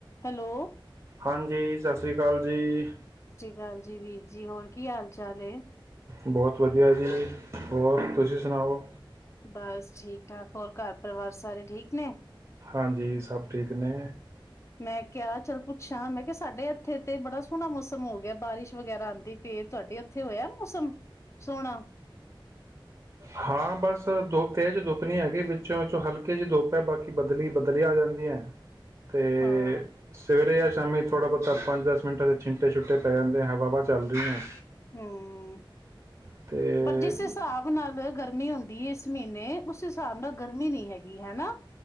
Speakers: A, on the left; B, on the right.
A: Hello
B: ਹਾਂਜੀ ਸਤਿ ਸ਼੍ਰੀ ਅਕਾਲ ਜੀ,
A: ਹਾਂਜੀ ਵੀਰ ਜੀ ਹੋਰ ਕੀ ਹਾਲ ਚਾਲ?
B: ਬਹੁਤ ਵਧੀਆ ਜੀ, ਹੋਰ ਤੁਸੀ ਸੁਣਾਓ?
A: ਬਸ ਠੀਕ ਠਾਕ, ਹੋਰ ਘਰ ਪਰਿਵਾਰ ਸਾਰੇ ਠੀਕ ਨੇ?
B: ਹਾਂਜੀ ਸਭ ਠੀਕ ਨੇ
A: ਮੈਂ ਕਿਹਾ ਚੱਲ ਪੁੱਛਾਂ ਮੈਂ ਕਿਹਾ ਸਾਡੇ ਇੱਥੇ ਤੇ ਬੜਾ ਸੋਹਣਾ ਮੌਸਮ ਹੋ ਗਿਆ ਬਾਰਿਸ਼ ਵਗੈਰਾ ਆਦੀ ਪਈ ਐ ਤੁਹਾਡੇ ਇੱਥੇ ਹੋਇਆ ਮੌਸਮ ਸੋਹਣਾ
B: ਹਾਂ ਬਸ ਦੁ ਇਹਜ਼ ਦੁੱਪ ਨਹੀਂ ਹੈਗੀ ਵਿੱਚੋਂ ਵਿੱਚੋਂ ਹਲਕੇ ਜਿਹੀ ਦੁੱਪ ਹੈ ਬਾਕੀ ਬਦਲੀ ਬਦਲੀਆਂ ਆ ਜਾਂਦੀਆਂ ਹੈ। ਤੇ
A: ਹਾਂ
B: ਸਵੇਰੇ ਆ, ਸਮੇਂ ਥੋੜ੍ਹਾ ਬਹੁਤਾ ਪੰਜ ਦਸ ਮਿੰਟਾਂ ਚ ਛਿੰਟੇ ਛੁਟੇ ਪੈ ਜਾਂਦੇ ਆ ਹਵਾ ਚੱਲ ਰਹੀ ਹੈ।
A: ਹੂੰ
B: ਅਤੇ
A: ਪਰ ਜਿਸ ਹਿਸਾਬ ਨਾਲ ਗਰਮੀ ਹੁੰਦੀ ਇਸ ਮਹੀਨੇ ਉਸ ਹਿਸਾਬ ਨਾਲ ਗਰਮੀ ਨਹੀਂ ਹੈਗੀ। ਹਨਾ